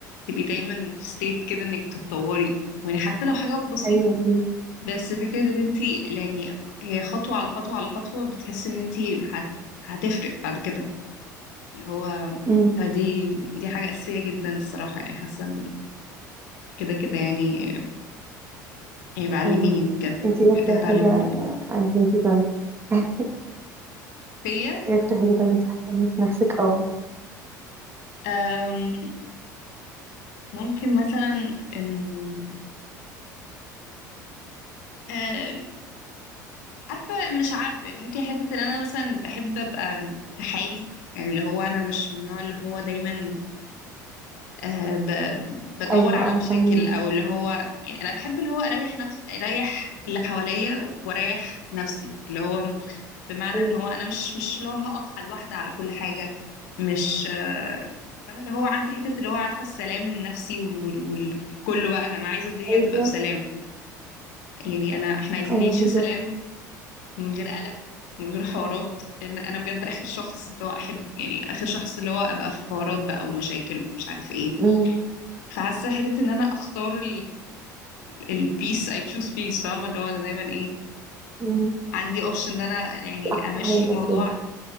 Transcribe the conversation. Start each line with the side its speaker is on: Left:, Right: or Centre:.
Left: تبقي دايما في ستيت كده انك بتتطوري يعني حتى لو حاجة بسيطة
Right: ايوه بجد
Left: بس فكرة ان انت يعني هي خطوة على خطوة على خطوة بتحس ان انت هت... هتفرق بعد كده اللي هو
Right: امم
Left: فدي دي حاجة أساسية جدا الصراحة يعني حاسة إن كده كده يعني يعني بعلميني
Right: ايوه
Left: بجد
Right: انتي
Left: محتاجة
Right: ايه اكتر
Left: أتعلمها
Right: حاجه
Left: منك
Right: آه، عجباكي طيب <laughs>
Left: فيا
Right: ايه اكتر حاجه طيب انتي حاسه إن في نفسك اه
Left: أم، ممكن مثلا ان أم، عارفة مش عارفة يعني ممكن حتة ان انا مثلا بحب ابقى في حالي يعني اللي هو انا مش من النوع اللي هو دايما آه، ب- بدور
Right: ايوه
Left: على
Right: اه
Left: مشاكل
Right: فهميكي
Left: او اللي هو يعني انا بحب اللي هو اريح نفس اريح اللي حواليا واريح نفسي اللي هو بمعنى
Right: ايوه
Left: ان هو انا مش مش اللي هو هقف على الواحده على كل حاجه مش آه، فانا اللي هو عندي حته اللي هو عارفه السلام النفسي وال- وال- وكله بقى انا عايزه الدنيا
Right: ايوه
Left: تبقى في سلام يعني انا احنا عايزين
Right: ايوه
Left: نعيش
Right: بالظبط
Left: في سلام من غير قلق من غير حوارات لان انا بجد اخر شخص اللي هو احب يعني اخر شخص اللي هو ابقى في حوارات بقى ومشاكل ومش عارف ايه
Right: امم
Left: فحاسه حته ان انا اختار البيس اي تشوز بيس فاهمه اللي هو انا دايما ايه
Right: امم
Left: عندي اوبشن ان انا يعني
Right: دي احلى
Left: امشي
Right: حاجه
Left: الموضوع
Right: بجد